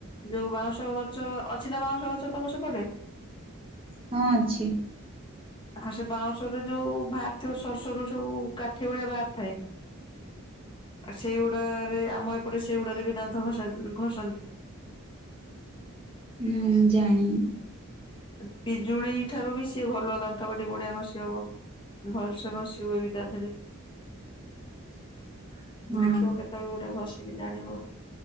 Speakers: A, on the left (about 25°); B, on the right (about 25°).
A: ଯୋଉ ବାଉଁଶ ଗଛ ଅଛି ନା ବାଉଁଶ ଗଛ ତମ ସେପଟେ।
B: ହଁ ଅଛି।
A: ହାଁ ସେ ବାଉଁଶରେ ଯୋଉ ଭାରିଥିବ ସରୁ ସରୁ ସବୁ କାଠି ଭଳିଆ ଭାରିଥାଏ। ଆଉ ସେଇଗୁଡାରେ ଆମ ଏପଟେ ସେଇଗୁଡାରେ ବି ଦାନ୍ତ ଘଷା ଉଁ ଘଷନ୍ତି।
B: ନାଁ ମୁଁ ଜାଣିନି।
A: ଉଁ ପିଜୁଳି ଠାରୁ ବି ସିଏ ଭଲ ଦାନ୍ତକାଠି ବଢିଆ ଘଷି ହବ। ଭଲ୍ ସେ ଘସି ହୁଏ ବି ତା ଧେରେ।
B: <inaudible> ହଁ
A: ଦେଖିବ କେତେବେଳେ ଗୋଟେ ଘଷିକି ଜାଣିବ।